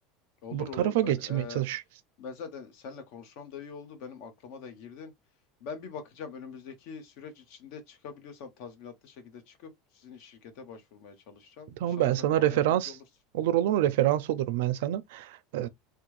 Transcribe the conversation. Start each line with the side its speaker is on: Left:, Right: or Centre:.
Left: Olur
Right: Bu tarafa
Left: olur.
Right: geçmeye
Left: Ben e,
Right: çalış.
Left: Ben zaten seninle konuşmam da iyi oldu. Benim aklıma da girdin. Ben bir bakacağım önümüzdeki süreç içinde çıkabiliyorsam tazminatlı şekilde çıkıp sizin şirkete başvurmaya çalışacağım.
Right: Tamam
Left: İnşallah
Right: ben
Left: sen
Right: sana
Left: de bana
Right: referans
Left: yardımcı olursun.
Right: olur olur mu? Referans olurum ben sana. Ee,